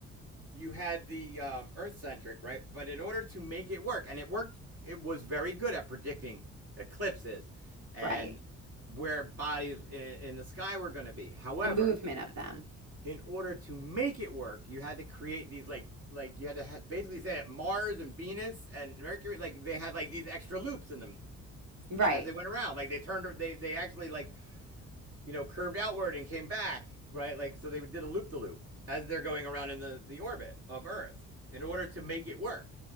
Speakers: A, on the right (about 50°); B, on the right (about 75°).
A: you had the um, Earth centric, right? But in order to make it work, and it worked, it was very good at predicting eclipses and
B: Right.
A: where bodies in, in the sky were going to be. However,
B: The movement of them.
A: in order to make it work, you had to create these like like you had to ha- basically say that Mars and Venus and Mercury like they had like these extra loops in them
B: Right.
A: as they went around. Like they turned they they actually like you know, curved outward and came back, right? Like, so they did a loop the loop as they're going around in the, the orbit of Earth in order to make it work.